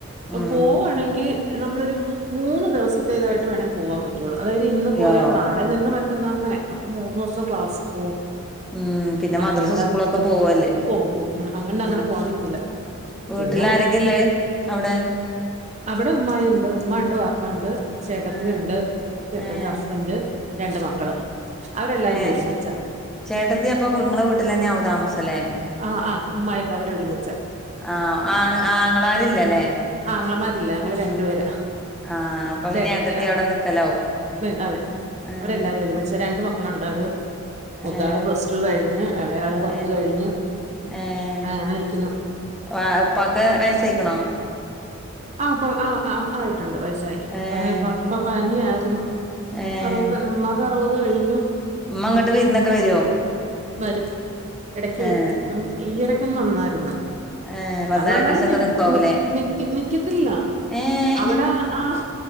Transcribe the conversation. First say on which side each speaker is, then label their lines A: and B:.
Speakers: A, in the centre; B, on the right.
A: ഉം
B: പൂവാണെങ്കിൽ നമ്മളൊരു മൂന്ന് ദിവസത്തേതായിട്ട് വേണെങ്കി പോവാൻ പറ്റും. പറ്റൊള്ളു അതായത് ഇന്ന് പോയാ
A: യോ
B: നാളെ നിന്ന് മറ്റന്ന് അങ്ങനെ അപ്പം മൂന്ന് ദിവസം ക്ലാസ് പോവും.
A: ഉം പിന്നെ
B: അതുകൊണ്ട്
A: മദ്രസ് സ്കൂളൊക്കെ
B: അങ്ങ്
A: പോവല്ലേ
B: പോവും പോവും അതുകൊണ്ട്
A: ഉം
B: അങ്ങനെ പോവാൻ നിക്കില്ല
A: വീട്ടിലാരൊക്കെ
B: പിന്നെ
A: ഇല്ലേ അവുടെ?
B: അവടെ ഉമ്മായി ഉണ്ട് ഉമ്മണ്ട് പാപ്പണ്ട് ചേട്ടത്തിണ്ട്
A: ആഹ്
B: ചേട്ടെന്
A: ഏഹ്
B: ഹസ്ബെന്റ് രണ്ട് മക്കള് അവരെല്ലാരും
A: ഏഹ്
B: ഒരുമിച്ച.
A: ചേട്ടത്തി അപ്പോ നിങ്ങളെ വീട്ടിലെന്നാവും താമസംലെ
B: ആഹ് ആഹ് ഉമ്മായൊക്കെ അവര് ഒരുമിച്ച
A: ആഹ് ആണ് ആങ്ങളാരില്ലലെ?
B: ആങ്ങളമാരില്ല ഞങ്ങള് രണ്ടുപേരാ.
A: ആഹ് അപ്പൊ
B: ചേട്ടത്തിയ
A: പിന്നെ ഏട്ടത്തി അവിടെ നിക്കലാവും
B: ഉം അതെ
A: ഏഹ്
B: അവരെല്ലാരും ഒരുമി ച്ച് രണ്ട് മക്കളുണ്ടവര് മുത്താള്
A: ഏഹ്
B: പ്ലസ് ടു കഴിഞ്ഞ് ഇളയാള് പത്ത്
A: ഏഹ്
B: കഴിഞ്ഞ്
A: ഏഹ്
B: അങ്ങനെ നിക്കുന്നു
A: വ ഇപ്പാക്ക് വെയസയ്ക്ക്‌ണോ?
B: അഹ് ഉപ്പ ആഹ് ആഹ് ആയിട്ടുണ്ട് വയസായി
A: ഏഹ്
B: അങ്ങനെപ്പപ്പ പനിയായിരുന്നു.
A: ഏഹ്
B: അറുവത് ഉമ്മാക്ക് അറുവത് കഴിഞ്ഞു.
A: ഉമ്മ ഇങ്ങട്ട് വിരുന്നൊക്കെ വരുവോ
B: വരും എടക്ക്
A: ഏഹ്
B: വരും. ഇപ്പം ഈ എടയ്ക്കൊന്ന് വന്നാരുന്ന്
A: ഏഹ് വന്നാ
B: അത് വന്നാലും
A: രണ്ടീസൊക്കെ
B: നി
A: നിക്കുവാവൂലേ
B: നി നിക്ക്. നിക്കെത്തില്ല
A: ഏഹ്
B: അവടെ ആഹ്